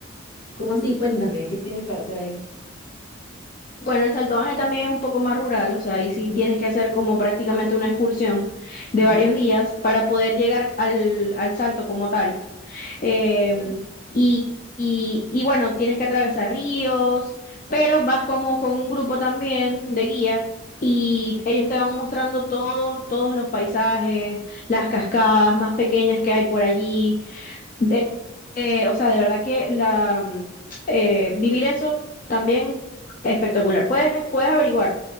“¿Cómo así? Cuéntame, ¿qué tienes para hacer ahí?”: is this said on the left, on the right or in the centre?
Left